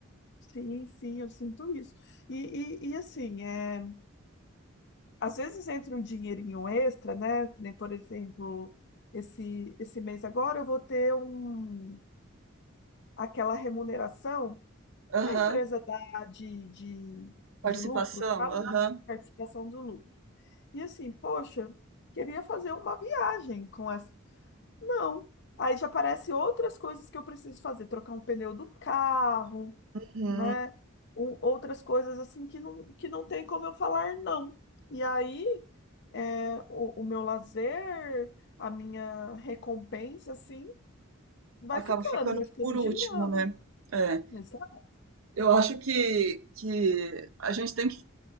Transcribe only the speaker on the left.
Sim, sim, eu sinto isso. E, e, e assim, é, às vezes entra um dinheirinho extra, né? Que nem, por exemplo, esse, esse mês agora eu vou ter um, aquela remuneração
que a empresa dá de, de, de
lucro, sabe?
Participação do lucro. E assim, poxa, queria fazer uma viagem com essa. Não. Aí já aparecem outras coisas que eu preciso fazer, trocar um pneu do carro,
né? O- outras coisas assim que não, que não tem como eu falar não. E aí, é, o, o meu lazer, a minha recompensa, assim, vai
ficando,
vai ficando
de
lado.
Exato.